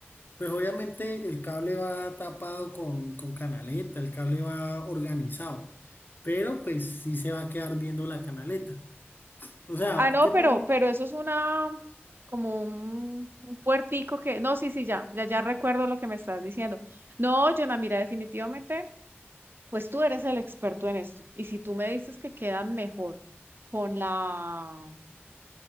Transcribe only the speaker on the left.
Pues obviamente el cable va tapado con, con canaleta, el cable va organizado, pero pues sí se va a quedar viendo la canaleta. O sea,
¿qué
te... re-